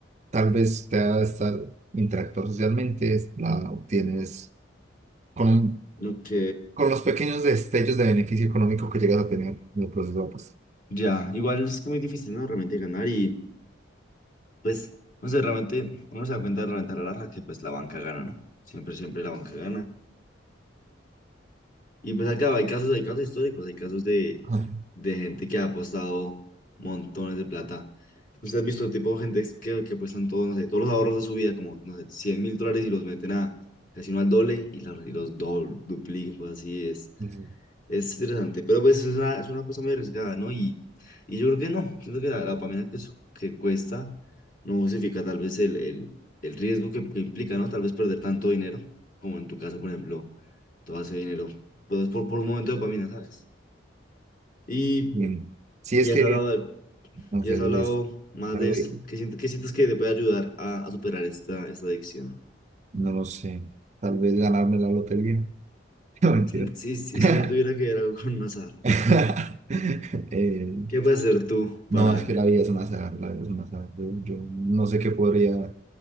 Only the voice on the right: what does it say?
tal vez te ha de estar interactuar socialmente, la obtienes con,
con los pequeños destellos de beneficio económico que llegas a tener en el proceso. Pues.
Ah,
ujú.
Bien. Sí, es
que,
no
sé,
es
algo
difícil.
no lo sé. Tal vez ganarme la lotería. <laughs> No, mentira.
<laughs>
<laughs> Eh,
No,
es que la vida es una azar, la vida es un azar. Yo, yo no sé qué podría